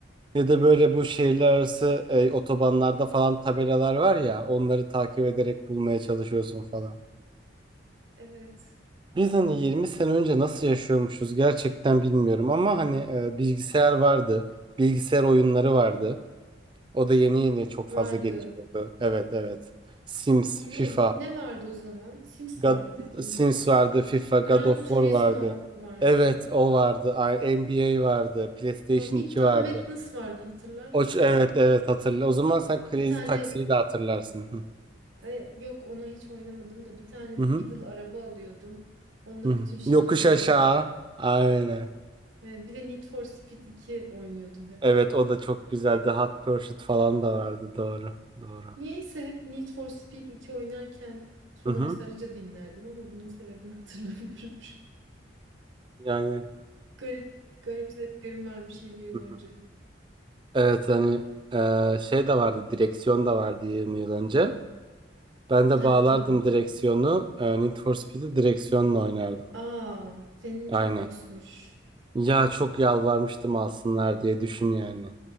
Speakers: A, on the right; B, on the right.
A: Ya da böyle bu şehirler arası e, otobanlarda falan tabelalar var ya onları takip ederek bulmaya çalışıyorsun falan.
B: Evet,
A: Biz hani 20 sene önce nasıl yaşıyormuşuz gerçekten bilmiyorum ama hani e, bilgisayar vardı. Bilgisayar oyunları vardı. O da yeni yeni çok
B: vardı.
A: fazla gelişiyordu. Evet evet. Sims,
B: Ne
A: FIFA,
B: bi- ne vardı o zaman? Sims
A: God,
B: vardı dediğin
A: Sims
B: gibi.
A: vardı, FIFA, God
B: Gran
A: of
B: Turismo
A: War vardı.
B: vardı.
A: Evet o vardı. Ay, NBA vardı. PlayStation
B: Sonra Midtown
A: 2 vardı.
B: Madness vardı hatırlar
A: O,
B: mısın?
A: ç- evet evet hatırla. O zaman sen Crazy
B: Bir tane
A: Taxi'yi de hatırlarsın.
B: e, yok onu hiç oynamadım da bir tane
A: Hı hı.
B: Beetle araba alıyordum. Onunla
A: Hı hı.
B: bütün şehri
A: Yokuş
B: geziyordum.
A: aşağı. Aynen.
B: E, bir de Need for Speed 2 oynuyordum hep.
A: Evet o da çok güzeldi. Hot Pursuit falan da vardı. Doğru. Doğru.
B: Niyeyse hep Need for Speed 2 oynarken Soner
A: Hı hı.
B: Sarıca dinlerdim ama bunun sebebini <laughs> hatırlamıyorum. şu an.
A: Yani
B: Garip garip zevklerim varmış 20 yıl
A: Hı
B: önce.
A: hı. evet hani e, şey de vardı. Direksiyon da vardı 20 yıl önce. Ben de
B: Tabii
A: bağlardım
B: tabii.
A: direksiyonu. E, Need for Speed'i direksiyonla oynardım.
B: Aa, senin
A: Aynen.
B: çok lüksmüş.
A: Ya çok yalvarmıştım alsınlar diye düşün yani.